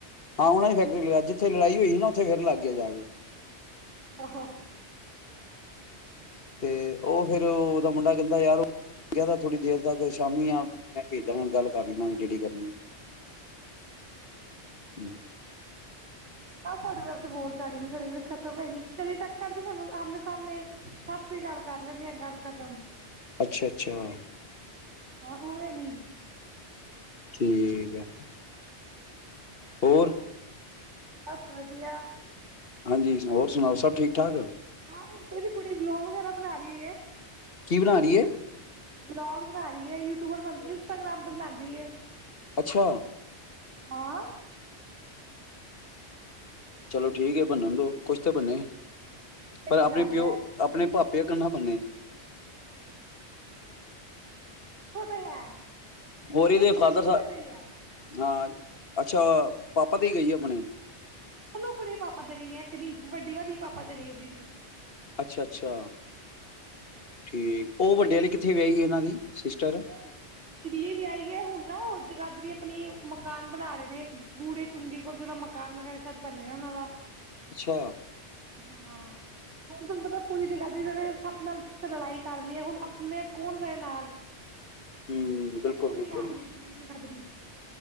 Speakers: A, on the left (about 55°); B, on the right (about 85°).
A: ਹਾਂ, ਉਹਨਾ ਫੈਕ ਜਿੱਥੇ ਲੜਾਈ ਹੋਈ ਨਾ ਉੱਥੇ ਫੇਰ ਲੱਗ ਗਿਆ ਜਾਕੇ।
B: <unintelligible> ਆਹਾ।
A: ਤੇ ਉਹ ਫਿਰ ਉਹਦਾ ਮੁੰਡਾ ਕਹਿੰਦਾ ਯਾਰ ਕਹਦਾ ਥੋੜ੍ਹੀ ਦੇਰ ਤੱਕ ਸ਼ਾਮੀ ਆ ਮੈਂ ਭੇਜਦਾ ਗੱਲ ਕਰ ਲਵੀ ਜੇਡੀ ਕਰਨੀ। ਹਂ।
B: ਨਾਂ ਸਾਡੇ ਤੇ ਬੋਲ ਚਾਲੀ ਨੀਂ ਸਾਡੇ ਖਤਮ ਹੈਗੀ ਚਲੀ ਟੱਕਰ ਚ ਸਾਨੂੰ ਆਮਣੇ ਸਾਹਮਣੇ ਅ ਅਸੀਂ ਗੱਲ ਕਰ ਲੈਂਣੇਆਂ ਗੱਲ ਖਤਮ
A: ਅੱਛਾ ਅੱਛਾ
B: ਹਾਂ ਉਵੇਂ ਨੀਂ
A: ਠੀਕ ਆ।
B: <unintelligible>
A: ਹੋਰ
B: ਬਸ ਵਧੀਆ।
A: ਹਾਂਜੀ ਹੋਰ ਸੁਣਾਓ, ਸਭ ਠੀਕ-ਠਾਕ।
B: ਹ ਹੁਣ ਤੇ ਦੀ ਕੁੜੀ ਬਲੋਗ ਵਗੈਰਾ ਬਣਾ ਰਹੀ ਏ।
A: ਕੀ ਬਣਾ ਰੀ ਏ।
B: ਵਲੋਗ ਬਣਾ ਰਹੀ ਹੈ ਯੂਟਿਊਬਰ ਬ ਇੰਸਟਾਗ੍ਰਾਮ ਤੇ ਬਣਾਂਦੀ ਏ।
A: ਅੱਛਾ,
B: ਹਾਂ।
A: ਚਲੋ ਠੀਕ ਹੈ ਬੰਨਣ ਦੋ ਕੁਛ ਤਾਂ ਬਣੇ।
B: ਸਹੀ
A: ਪਰ ਆਪਣੇ
B: ਗੱਲ
A: ਪਿਓ
B: ਐ
A: ਆਪਣੇ ਪਾਪੇ ਵਗਾ ਨਾ ਬਣੇ।
B: ਉਹ ਤੇ ਹੈ।
A: ਹੋਰੀ
B: ਨਹੀਂ
A: ਦੇ ਫਾਦਰ
B: ਗਈ ਉਹਦੇ
A: ਸਾਹਿਬ
B: ਤੇ ਹੀ ਹੈ
A: ਹਾਂ। ਅੱਛਾ ਪਾਪਾ ਤੇ ਗਈ ਐ ਆਪਣੇ
B: ਦੋਨੋ ਕੁੜੀਆਂ ਪਾਪਾ ਤੇ ਗਈਆਂ ਇੱਕ ਨੀ ਵੱਡੀ ਵਾ ਵੀ ਪਾਪਾ ਤੇ ਗਈ ਹੈ ਦੀਦੀ।
A: ਅੱਛਾ- ਅੱਛਾ ਠੀਕ ਉਹ ਵੱਡੇ ਵਾਲੇ ਕਿੱਥੇ ਵਿਆਹੇ ਗੀ ਇਹਨਾਂ ਦੀ ਸਿਸਟਰ
B: ਉਹ ਦਿੱਲੀ ਵਿਆਈ ਐ ਹੁਣ ਨਾ ਉਹ ਚਗਾਦਰੀ ਆਪਣੀ ਮਕਾਨ ਬਣਾ ਰਹੇ ਨੇ ਬੂੜੇ ਚੁੰਗੀ ਕੋਲ ਜਿਹੜਾ ਮਕਾਨ ਵਗੈਰਾ ਸ਼ਾਇਦ ਬਣ ਰਿਹਾ ਉਹਨਾਂ ਦਾ
A: ਅੱਛਾ
B: ਹਾਂ, ਹੁਣ ਤੁਹਾਨੂੰ ਪਤਾ ਪੂਰੀ ਜਗਾਦਰੀ ਵਿਚ ਸਭ ਨਾਲ ਲੜਾਈ ਕਰ ਲਈਏ ਹੁਣ ਆਪਣੇ ਕੌਣ ਰਹੇ ਨਾਲ
A: ਹਮ ਬਿਲਕੁਲ
B: ਤੇ ਕੁੜੀ
A: ਬਿਲਕੁਲ
B: ਆ ਰਹੀ ਹੈ ਦਿੱਲੀ ਚ ਜਗਾਦਰੀ